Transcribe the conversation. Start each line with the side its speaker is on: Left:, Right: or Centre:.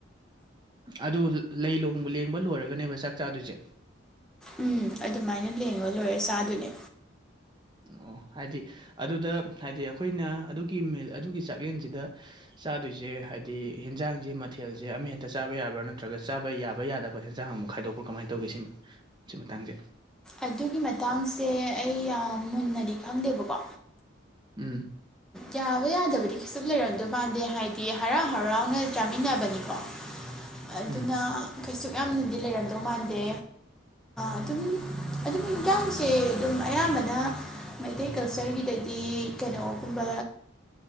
Right: ꯑꯗꯨ ꯂꯩ ꯂꯣꯡ-ꯂꯦꯡꯕ ꯂꯣꯏꯔꯒꯅꯦꯕ ꯆꯥꯛ ꯆꯥꯗꯣꯏꯁꯦ꯫
Centre: ꯎꯝ ꯑꯗꯨꯃꯥꯏꯅ ꯂꯦꯡꯉ ꯂꯣꯏꯔ ꯆꯥꯗꯨꯏꯅꯦ꯫
Right: ꯑꯣ ꯍꯥꯏꯗꯤ ꯑꯗꯨꯗ ꯍꯥꯏꯗꯤ ꯑꯩꯈꯣꯏꯅ ꯑꯗꯨꯒꯤ ꯃꯤꯜ ꯑꯗꯨꯒꯤ ꯆꯥꯛꯂꯦꯟꯁꯤꯗ ꯆꯥꯗꯣꯏꯁꯦ ꯍꯥꯏꯗꯤ ꯍꯦꯟꯖꯥꯡꯁꯤ ꯃꯊꯦꯜꯁꯦ ꯑꯃꯍꯦꯛꯇ ꯆꯥꯕ ꯌꯥꯕ꯭ꯔꯥ ꯅꯠꯇ꯭ꯔꯒ ꯆꯥꯕ ꯌꯥꯕ ꯌꯥꯗ ꯕ ꯍꯦꯟꯁꯥꯡ ꯑꯃꯨꯛ ꯈꯥꯏꯗꯣꯛꯄ꯭ꯔ ꯀꯃꯥꯏꯅ ꯇꯧꯒꯦ ꯁꯤ ꯁꯤ ꯃꯇꯥꯡꯁꯦ꯫
Centre: ꯑꯗꯨꯒꯤ ꯃꯇꯥꯡꯁꯦ ꯑꯩ ꯌꯥꯝ ꯃꯨꯟꯅꯗꯤ ꯈꯪꯗꯦꯕꯀꯣ꯫
Right: ꯎꯝ꯫
Centre: ꯌꯥꯕ ꯌꯥꯗꯕꯗꯤ ꯀꯩꯁꯨꯝ ꯂꯩꯔꯝꯗꯣꯏ ꯃꯥꯟꯗꯦ ꯍꯥꯏꯗꯤ ꯍꯔꯥꯎ ꯍꯔꯥꯎꯅ ꯆꯥꯃꯤꯟꯅꯕꯅꯤꯀꯣ꯫ ꯑꯗꯨꯅ
Right: ꯎꯝ
Centre: ꯀꯩꯁꯨꯛ ꯌꯥꯝꯅꯗꯤ ꯂꯩꯔꯝꯗꯧ ꯃꯥꯟꯗꯦ꯫ ꯑꯗꯨꯝ ꯑꯗꯨꯝ ꯏꯟꯖꯥꯡꯁꯦ ꯑꯗꯨꯝ ꯑꯌꯥꯝꯕꯅ ꯃꯩꯇꯩ ꯀꯜꯆꯔꯒꯤꯗꯗꯤ ꯀꯩꯅꯣꯒꯨꯝꯕ